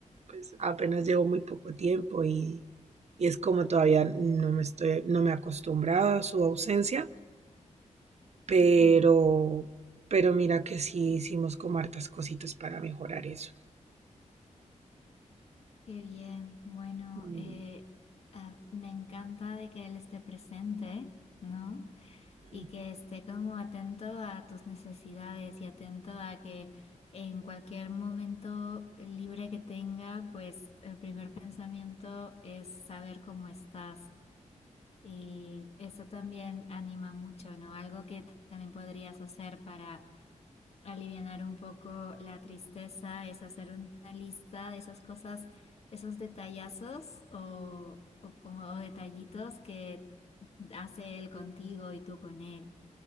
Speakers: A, on the right (about 60°); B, on the left (about 55°).
A: pues apenas llevo muy poco tiempo y, y es como todavía no me estoy, no me he acostumbrado a su ausencia, pero,
B: ujú,
A: pero mira que sí hicimos como hartas cositas para mejorar eso.
B: Qué bien. Bueno,
A: Mm,
B: eh, ah, me encanta de que él esté presente, ¿no?
A: ujú,
B: Y que esté como atento a tus necesidades y atento a que en cualquier momento libre que tenga, pues el primer pensamiento es saber cómo estás. Y eso también anima mucho, ¿no? Algo que también podrías hacer para alivianar un poco la tristeza es hacer una lista de esas cosas, esos detallazos o, o como o detallitos que hace él contigo y tú con él.